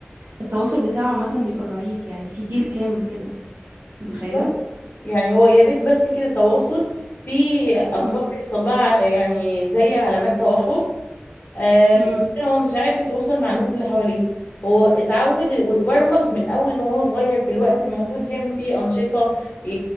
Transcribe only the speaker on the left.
بالظبط. يعني هو يا بيت بس كده تواصل في اطفال
بيحصل لها يعني زي علامات توحد آه،
مثلا هو مش عارف يتواصل مع الناس اللي حواليه هو اتعود واتبرمج من اول ما هو صغير في الوقت اللي المفروض يعمل فيه انشطه ي-